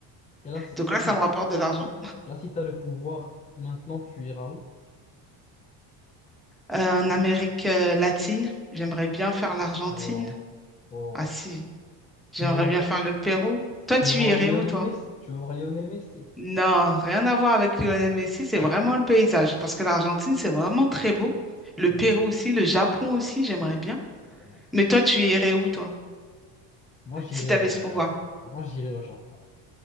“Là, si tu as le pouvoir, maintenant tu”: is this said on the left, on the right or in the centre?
Left